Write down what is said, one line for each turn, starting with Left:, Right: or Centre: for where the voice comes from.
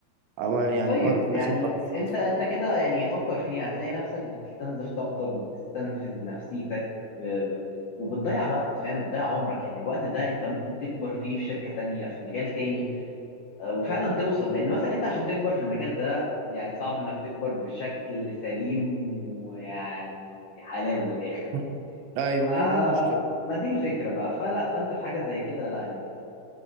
Right: أو يعني
Left: طيب
Right: قرف
Left: يعني
Right: آخر قرف
Left: انت انت كده يعني فكر فيها هتلاقي نفسك بتستنزف طاقتك بتستنفذ نفسيتك ب... ب... وبتضيع وقت فاهم بتضيع عمرك يعني الوقت ده انت ممكن تكبر فيه في شركة تانية في مجال تاني آه، وفعلا توصل لان مثلا انت عشان تكبر في المجال ده يعني صعب انك تكبر بشكل سليم ويعني حلال من الاخر
Right: مم. أيوة
Left: فما
Right: ما هي دي المشكلة
Left: دي الفكرة
Right: مم.
Left: بقى فلا فانت في حاجة زي كده لا انت